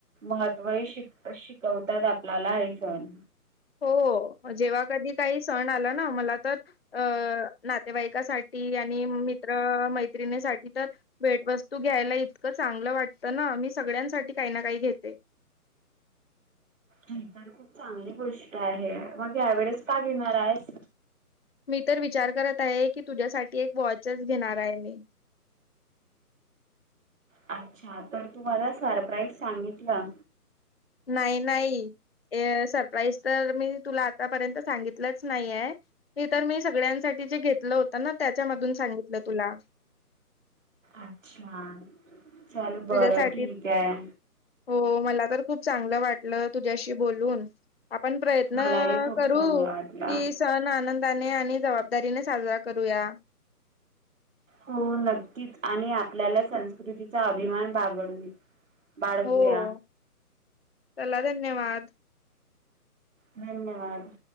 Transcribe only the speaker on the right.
महत्त्वही शिक शिकवत आपल्याला आहेफोन
नाही तर खूप चांगली गोष्ट आहे मग यावेेळेस का घेणार आहेस
अच्छा तर तू मला सरप्राईज सांगितला
अच्छा चल बरं
ठीक आहे
मलाही खूप
चांगलं वाटलं
हो नक्कीच आणि आपल्याला संस्कृतीचा अभिमान बागडवी बाळगूया
धन्यवाद